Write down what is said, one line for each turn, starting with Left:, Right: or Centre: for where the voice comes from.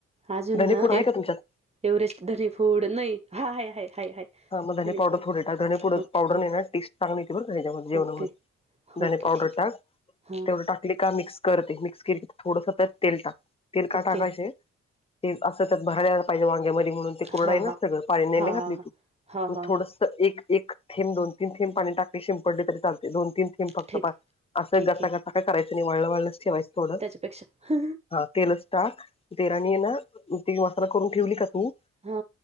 Right: अजून
Left: धणेपूड
Right: ना
Left: आहे
Right: ए
Left: का तुमच्यात
Right: एव्हरेस्ट धनी फूड नाही हाय हय हाय हाय हाय
Left: हा मगधनी
Right: धनी
Left: पावडर
Right: फूड आहे
Left: थोडेे धनी पावडर
Right: ओके हां
Left: नाही ना टेस्ट सांगली ते बण त्याच्यामध्ये जेवणामध्ये
Right: ओके
Left: धणे
Right: ओके
Left: पावडर
Right: ठीक
Left: टाक
Right: आहे हां
Left: तेवढ टाकली का मिक्स करते मिक्स के तर थोडस त्या तेल टाक तेल का
Right: ओके
Left: टाका असे ते असं तर भरायला पाहिजे वांग्यामध्ये म्हणून ते कोरड
Right: हां
Left: आहे ना
Right: हां
Left: सगळं पाळ नने
Right: हां
Left: घातली
Right: हां हां
Left: तू
Right: हां हां
Left: थोड
Right: हां
Left: एक ेंब दोन तीनथें पाणी टाकले शिंपडले तरी चालते दोन तीन कि फक्त
Right: ठीक
Left: असं
Right: ठीक
Left: गसासा
Right: आहे
Left: काय करायचं नाही वळलं वळलंच ठेवायचं थोडं
Right: अपेक्षा हा
Left: हा तेलच टा तेलाने ना ती मसाला करून ठेवली का तू
Right: हा